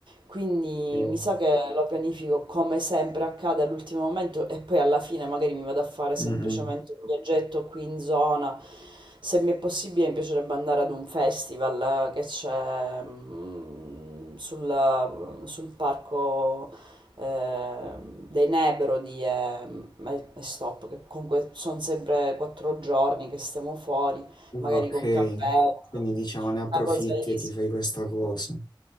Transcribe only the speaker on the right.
Quindi
mi sa che lo pianifico come sempre accade all'ultimo momento e poi alla fine magari mi vado a fare semplicemente
un viaggetto qui in zona. Se mi è possibile, mi piacerebbe andare ad un festival eh, che c'è mm, sulla- sul parco eh, dei Nebro di ehm, e e stop, che comunque sono sempre quattro giorni che stiamo fuori,
magari con campeggio,
una cosa easy.